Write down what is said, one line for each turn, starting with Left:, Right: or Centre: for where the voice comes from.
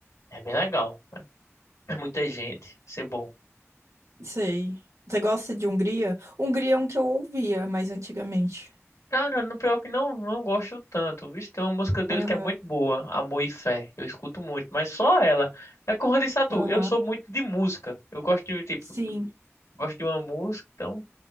Left: é bem legal. É muita gente, isso é bom.
Right: Sei. Você gosta de Hungria? Hungria é um que eu ouvia mais antigamente.
Left: Cara, no pior que não, não gosto tanto. Vixe, tem uma música dele
Right: Aham,
Left: que é muito boa, Amor e Fé. Eu escuto muito, mas só ela. É como eu disse a tu,
Right: aham.
Left: eu sou muito de música. Eu gosto de, tipo,
Right: Sim.
Left: gosto de uma música, então